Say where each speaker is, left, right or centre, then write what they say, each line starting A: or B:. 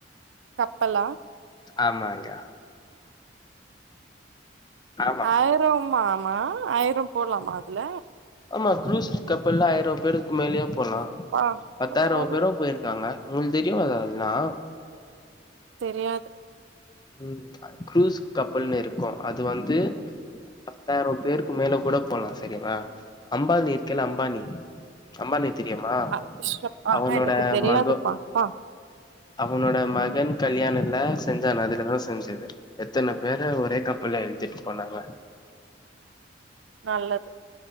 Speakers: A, on the right; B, on the left.
A: கப்பலா
B: ஆமாங்க ஆமா
A: ஆயிரம்மாமா ஆயிரம் போலாமா அதுல
B: ஆமா க்ரூஸ் கப்பல்லா ஆயிரம் பேருக்கு மேலயே போலாம்
A: பா
B: பத்தாயிரம்
A: ரொம்ப அறிவு
B: பேரும் போயிருக் காங்க உங்களுக்கு தெரியாதா அதெல்லா
A: தெரியாது
B: ம் க்ரூஸ் கப்பல்ன்னு இருக்கும் அது வந்து பத்தாயிரம் பேருக்கு மேல கொட போலா சரியரா அம்பானி இருக்குல்ல அம்பானி அம்மபானி தெரியுமா
A: அ ஷப்பா
B: அவனோட
A: எனக்கு தெரியாதுப்பா
B: மகொ
A: பா
B: அவனோட மகன் கல்யாணல்ல செஞ்சான் அது இதா செஞ்சது எத்தன பேர ஒரே கப்பல்ல ஏத்திட்டு போனாங்க
A: நல்லது